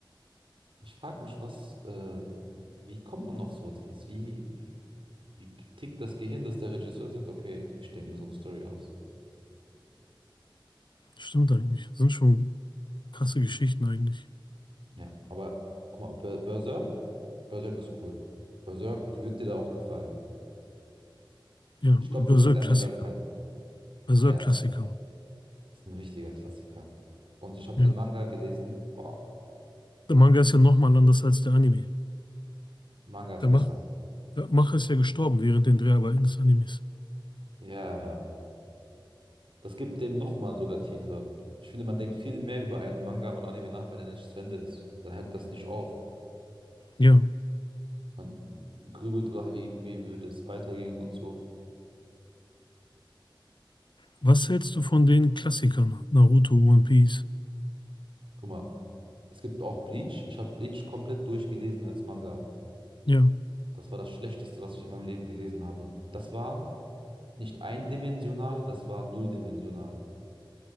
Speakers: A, on the right (about 75°); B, on the left (about 65°).
A: Ich frage mich, was, äh, wie kommt man auf so etwas? Wie, wie tickt das Gehirn, dass der Regisseur sagt, okay, ich denke mir so eine Story aus.
B: Stimmt eigentlich. Sind schon krasse Geschichten eigentlich.
A: Ja, aber guck mal, Ber- Berserk, Berserk ist cool. Berserk wird dir da auch gefallen.
B: Ja,
A: Ich glaube,
B: Berserk-Klassiker.
A: du wärst ein Berserk-Fan.
B: Berserk-Klassiker.
A: Ja, ist klar. Ist ein richtiger Klassiker. Und ich habe
B: Ja.
A: den Manga gelesen. Boah,
B: Der Manga ist ja nochmal anders als der Anime.
A: Manga ist
B: Der,
A: besser.
B: Mach der Macher ist ja gestorben während den Dreharbeiten des Animes.
A: Ja, ja. Das gibt dem nochmal sogar Tiefe. Ich finde, man denkt viel mehr über einen Manga oder Anime nach, wenn er nicht zu Ende ist. Dann hört das nicht auf.
B: Ja.
A: Man grübelt, wa- wie, wie würde es weitergehen und so.
B: Was hältst du von den Klassikern? Naruto, One Piece?
A: Guck mal, es gibt auch Bleach. Ich habe Bleach komplett durchgelesen als Manga.
B: Ja.
A: Das war das Schlechteste, was ich in meinem Leben gelesen habe. Das war nicht eindimensional, das war nulldimensional.